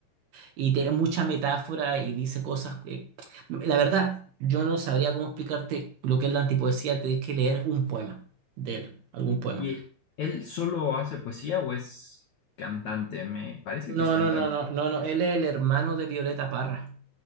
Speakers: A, on the right (about 70°); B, on the left (about 65°).
A: Y tiene mucha metáfora y dice cosas... eh, la verdad, yo no sabría cómo explicarte lo que es la antipoesía, tenés que leer un poema de él, algún poema.
B: ¿Y él solo hace poesía o es cantante? Me parece que
A: No,
B: es cantante.
A: no, no, no, no, no, él es el hermano de Violeta Parra.